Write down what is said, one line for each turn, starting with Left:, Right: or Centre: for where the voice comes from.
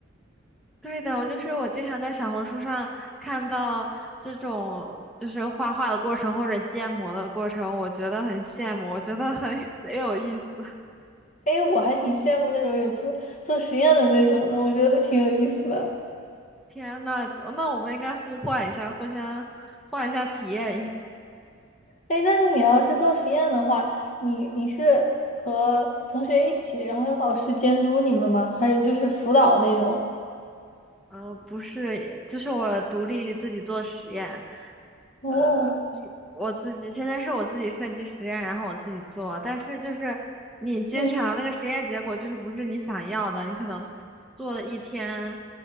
Centre: 对的，我就是我经常在小红书上看到这种就是画画的过程或者建模的过程，我觉得很羡慕，我觉得很 <laughs> 贼有意思。
Left: 哎，我还挺羡慕那种有做做实验的那种的，我觉得挺有意思的。
Centre: 天呐，那我们应该互换一下，互相换一下体验一下
Left: 哎，但是你要是做实验的话，你你是和同学一起，然后有老师监督你们吗？还是就是辅导那种？
Centre: 呃，不是，就是我独立自己做实验，
Left: 哦。
Centre: 呃，我自己现在是我自己设计实验，然后我自己做，但是就是你经常那个实验结果就是不是你想要的，
Left: 嗯。
Centre: 你可能做了一天，